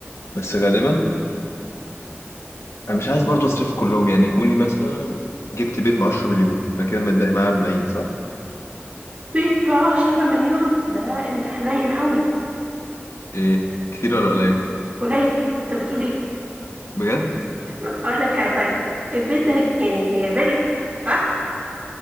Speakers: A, on the left; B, on the right.
A: بس غالبا انا مش عايز برضو اصرف كلهم يعني قولي مثلا جبت بيت ب 10 مليون فانا كده متبقي معايا 40 صح؟
B: بيت بعشرة مليون ده انت حنين قوي
A: ايه كتير ولا قليل؟
B: قليل انت بتقول ايه
A: بجد؟
B: اقول لك حاجة طيب البيت ده يعني هي فيلا صح